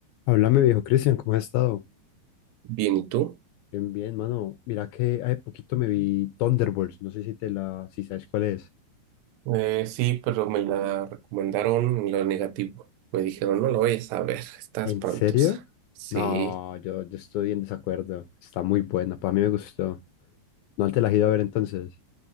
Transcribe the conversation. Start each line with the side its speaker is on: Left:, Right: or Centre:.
Left: Háblame, viejo Cristian, ¿cómo has estado?
Right: Bien, ¿y tú?
Left: Bien, bien, mano. Mira que hace poquito me vi Thunderbolts, no sé si te la, si sabes cuál es.
Right: Eh, sí, pero me la recomendaron en lo negativo. Me dijeron, no lo vayas a ver, está
Left: ¿En
Right: espantosa.
Left: serio?
Right: Sí,
Left: No, yo, yo estoy en desacuerdo. Está muy buena, para mí me gustó. ¿No te la has ido a ver entonces?